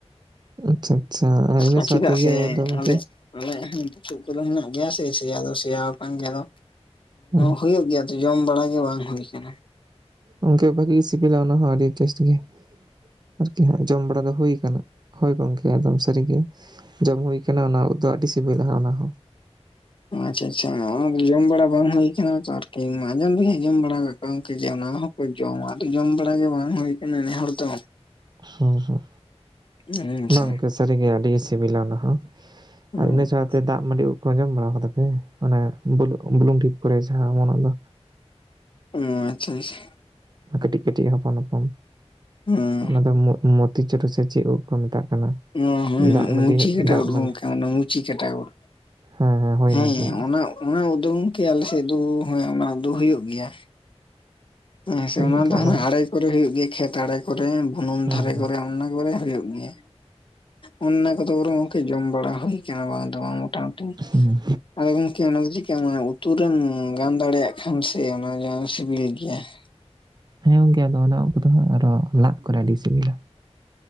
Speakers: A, on the right; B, on the left.
A: ᱟᱪᱪᱷᱟ ᱟᱪᱪᱷᱟ ᱟᱨ ᱤᱱᱟᱹ
B: ᱮᱜ
A: ᱥᱟᱶᱛᱮ
B: ᱪᱮᱫᱟᱜ
A: ᱤᱭᱟᱹ
B: ᱥᱮ
A: ᱫᱚ ᱜᱚᱝᱠᱮ
B: ᱟᱞᱮ ᱟᱞᱮᱭᱟᱜ ᱵᱩᱥᱩᱵ ᱠᱚᱫᱚ ᱦᱮᱱᱟᱜ ᱜᱮᱭᱟ ᱥᱮ ᱥᱮᱭᱟ ᱫᱚ ᱥᱮᱭᱟ ᱟᱠᱟᱱ ᱜᱮᱭᱟ
A: ᱦᱮᱸ
B: ᱦᱩᱭᱩᱜ ᱜᱮᱭᱟ᱾ ᱡᱚᱢ ᱵᱟᱲᱟ ᱜᱮ ᱵᱟᱝ ᱦᱩᱭ ᱠᱟᱱᱟ᱾
A: ᱜᱚᱝᱠᱮ ᱵᱷᱟᱜᱤ ᱜᱮ ᱥᱤᱵᱤᱞᱟ ᱚᱱᱟ ᱦᱚᱸ ᱟᱹᱰᱤ ᱴᱮᱥᱴ ᱜᱮ ᱟᱨᱠᱤ ᱦᱟᱜ ᱡᱚᱢ ᱵᱟᱲᱟ ᱫᱚ ᱦᱩᱭ ᱠᱟᱱᱟ᱾ ᱦᱳᱭ ᱜᱚᱝᱠᱮ ᱮᱠᱫᱚᱢ ᱥᱟᱹᱨᱤ ᱜᱮ ᱡᱚᱢ ᱦᱩᱭᱩ ᱠᱟᱱᱟ ᱚᱱᱟ ᱩᱫ ᱫᱚ ᱟᱹᱰᱤ ᱥᱤᱵᱤᱞᱟ ᱚᱱᱟ ᱦᱚᱸ᱾
B: ᱟᱪᱪᱷᱟ ᱟᱪᱪᱷᱟ ᱚᱱᱟ ᱫᱚ ᱡᱚᱢ ᱵᱟᱲᱟ ᱵᱟᱝ ᱦᱩᱭ ᱠᱟᱱᱟ ᱛᱚ ᱟᱨᱠᱤ ᱟᱡᱚᱢ ᱫᱚᱞᱤᱧ ᱟᱡᱚᱢ ᱵᱟᱲᱟ ᱠᱟᱜ ᱠᱚᱣᱟ ᱜᱚᱝᱠᱮ ᱡᱮ ᱚᱱᱟ ᱦᱚᱸ ᱠᱚ ᱡᱚᱢᱟ ᱟᱫᱚ ᱡᱚᱢ ᱵᱟᱲᱟ ᱜᱮ ᱵᱟᱝ ᱦᱩᱭᱩ ᱠᱟᱱᱟ ᱱᱮ ᱦᱚᱲ ᱫᱚ᱾
A: ᱦᱩᱸ ᱦᱩᱸ
B: ᱦᱮᱸ ᱥᱮ
A: ᱵᱟᱝ ᱜᱟᱝᱠᱮ ᱥᱟᱹᱨᱤᱜᱮ ᱟᱹᱰᱤ ᱥᱤᱵᱤᱞᱟ ᱚᱱᱟ ᱦᱚᱸ᱾
B: ᱚᱸ
A: ᱟᱨ ᱤᱱᱟᱹ ᱥᱟᱣᱛᱮ ᱫᱟᱜ ᱢᱟᱹᱰᱤ ᱩᱫ ᱠᱚ ᱡᱚᱢ ᱵᱟᱲᱟ ᱠᱟᱫᱟ ᱯᱮ ᱚᱱᱮ ᱵᱩᱞᱩ ᱵᱩᱱᱩᱢ ᱰᱷᱤᱯ ᱠᱚᱨᱮ ᱡᱟᱦᱟ ᱚᱢᱚᱱᱚ ᱫᱚ?
B: ᱚ ᱟᱪᱪᱷᱟ ᱟᱪᱪᱷᱟ
A: ᱠᱟᱹᱴᱤᱡ ᱠᱟᱹᱴᱤᱡ ᱦᱚᱯᱚᱱ ᱦᱚᱯᱚᱱ᱾
B: <unintelligible>
A: ᱚᱱᱟ ᱫᱚ ᱢᱩ ᱢᱚᱛᱤᱪᱩᱴᱩ ᱥᱮ ᱪᱮᱫ ᱩᱫ ᱠᱚ ᱢᱮᱛᱟᱜ ᱠᱟᱱᱟ?
B: <unintelligible>
A: ᱫᱟᱜ ᱢᱟᱹᱰᱤ
B: ᱢᱩᱪᱤ ᱪᱷᱩᱨᱤ
A: ᱫᱟᱜ
B: ᱩᱫ
A: ᱢᱟᱹᱰᱤ
B: ᱜᱚᱝᱠᱮ ᱚᱱᱮ ᱢᱩᱪᱤᱠᱟᱴᱟ ᱩᱫ᱾
A: ᱦᱮᱸ ᱦᱩᱭᱱᱟ
B: ᱦᱮᱸ
A: ᱜᱮ
B: ᱚᱱᱟ ᱚᱱᱟ ᱩᱫ ᱫᱚ ᱜᱚᱝᱠᱮ ᱟᱞᱮᱥᱮᱫ ᱫᱚ ᱦᱮ ᱚᱱᱟ ᱩᱫ ᱫᱚ ᱦᱩᱭᱩᱜ ᱜᱮᱭᱟ᱾ ᱦᱮᱸ ᱥᱮ
A: ᱦᱳᱭ
B: ᱚᱱᱟ
A: ᱜᱚᱝᱠᱮ
B: ᱫᱚ
A: ᱟᱫᱚ
B: ᱦᱟᱜ ᱟᱲᱮ ᱠᱚᱨᱮ ᱦᱩᱭᱩᱜ ᱜᱮᱭᱟ ᱠᱷᱮᱛ ᱟᱲᱮ ᱠᱚᱨᱮ ᱵᱩᱱᱩᱢ
A: ᱦᱩᱸ
B: ᱫᱷᱟᱨᱮ ᱠᱚᱨᱮ ᱚᱱᱟ ᱠᱚᱨᱮ ᱦᱩᱭᱩᱜ ᱜᱮᱭᱟ ᱚᱱᱟ ᱠᱚᱫᱚ ᱵᱚᱨᱚᱱ ᱜᱚᱝᱠᱮ ᱡᱚᱢ ᱵᱟᱲᱟ ᱦᱩᱭ ᱠᱟᱱᱟ ᱵᱟᱝ ᱫᱚ ᱵᱟᱝ ᱢᱳᱴᱟᱢᱩᱴᱤ᱾
A: ᱦᱩᱸ
B: ᱟᱫᱚ ᱜᱚᱢᱠᱮ ᱚᱱᱟ ᱫᱚ ᱪᱤᱠᱟᱱᱟ ᱩᱛᱩ ᱨᱮᱢ ᱜᱟᱱ ᱫᱟᱲᱮᱭᱟᱜ ᱠᱷᱟᱱ ᱥᱮ ᱚᱱᱟ ᱥᱤᱵᱤᱞ ᱜᱮᱭᱟ᱾ <unintelligible>
A: ᱦᱮᱸ ᱜᱚᱝᱠᱮ ᱟᱫᱚ ᱚᱱᱟ ᱩᱠᱩᱫᱚ ᱟᱨᱚ ᱞᱟᱫ ᱠᱚᱨᱮ ᱟᱹᱰᱤ ᱥᱤᱵᱤᱞᱟ᱾